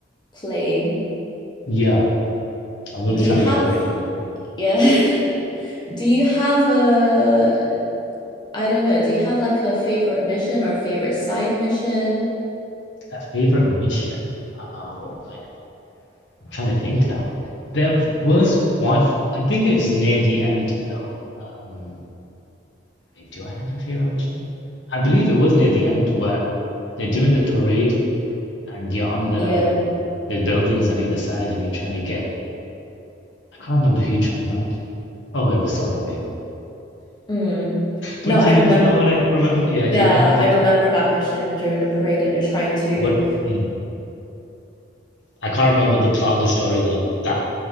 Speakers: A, on the left; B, on the left.
A: plain.
B: yeah. I'm really
A: Do
B: trying
A: you have
B: to get away from it.
A: yeah? <laughs> Do you have a I don't know, do you have like a favorite mission or favorite side mission?
B: A favorite mission. Oh man, I'm trying to think now. There was one, I think it's near the end though. Um, wait, do I have a favorite mission? I believe it was near the end where they're doing the parade and you're on the
A: Yeah.
B: um, the buildings on either side and you're trying to get, I can't remember who you're trying to find. Oh, it was so long ago.
A: Mm.
B: But
A: No,
B: do
A: I
B: you
A: remember
B: know? Do you know what I remember? Yeah,
A: yeah,
B: do you remember what
A: I
B: I
A: remember that mission during the parade and they're trying to
B: what? Hmm. I can't remember the plot of the story though. That